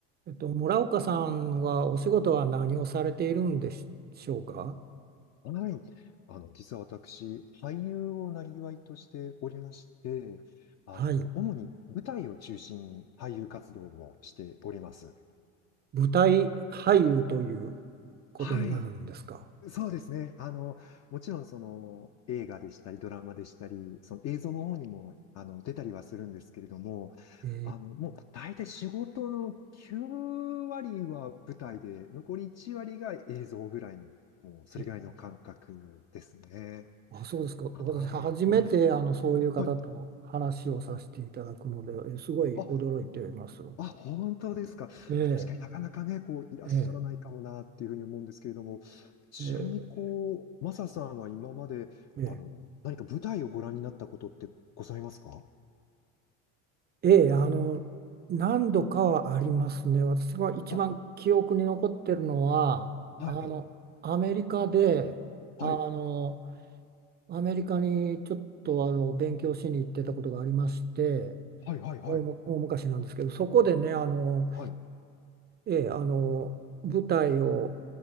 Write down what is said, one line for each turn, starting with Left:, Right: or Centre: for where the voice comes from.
Right: えっと、村岡さんはお仕事は何をされているんでしょうか
Left: はい。あの、実は私、俳優をなりわいとしておりまして、あの、
Right: はい。
Left: 主に舞台を中心に俳優活動をしております。
Right: 舞台俳優ということになるんですか
Left: はい。そうですね。あの、もちろんその映画でしたり、ドラマでしたり、その映像の方にも、あの、出たりはするんですけれども、
Right: え
Left: あの、もう大体仕事の9割は舞台で、残り1割が映像ぐらいの、もうそれぐらいの感覚ですね。
Right: ええあ、そうですか。
Left: はい。
Right: 私、初めてあのそういう方と話をさせていただくので、
Left: はい。はい。
Right: えすごい驚いています。
Left: あ、あ、本当ですか。
Right: ええ
Left: まあ確かになかなかね、こう、いらっしゃらないかもなっていうふうに思うんですけれども、
Right: ええ
Left: ちなみにこう、
Right: え
Left: マサさんは今まで、
Right: ええ
Left: あの、何か舞台をご覧になったことってございますか
Right: えええあの、何度かはありますね。私が一番記憶に残ってるのは、
Left: あ、あはい、
Right: あの、アメリカで、
Left: はい、
Right: あの、アメリカにちょっとあの勉強しに行ってたことがありまして
Left: はい、はい、はい、
Right: 大む、大昔なんですけどそこでねあの、
Left: はい。
Right: ええ、あの舞台を